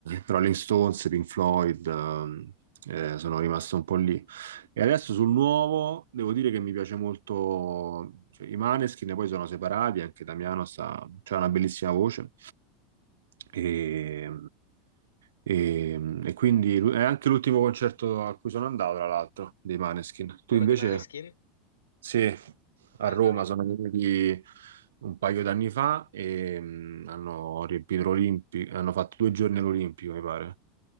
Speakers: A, on the right (about 75°); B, on the left (about 80°).
A: Rolling Stones, Pink Floyd, ehm, eh, sono rimasto un po' lì. E adesso sul nuovo devo dire che mi piace molto, cioè, i Maneskin poi sono separati, anche Damiano ha una bellissima voce e, e- e quindi lu- è anche l'ultimo concerto a cui sono andato, tra l'altro, dei Maneskin. Tu
B: quello
A: invece,
B: dei Maneskin?
A: sì,
B: Ah,
A: a Roma
B: dai,
A: sono venuti un paio d'anni fa e mm, hanno riempito l'Olimpico, hanno fatto due giorni all'Olimpico, mi pare.